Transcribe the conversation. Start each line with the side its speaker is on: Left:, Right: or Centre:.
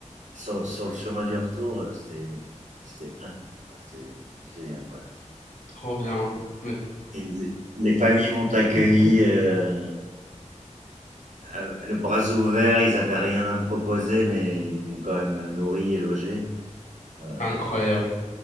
Right: sur, sur le chemin du retour, euh, c'était c'était incroyable, Enfin, c'était génial quoi.
Left: trop bien. Mais
Right: Et les, les familles m'ont accueilli euh, euh, le bras ouvert, ils n'avaient rien à me proposer, mais ils m'ont quand même nourri et logé, voilà.
Left: incroyable.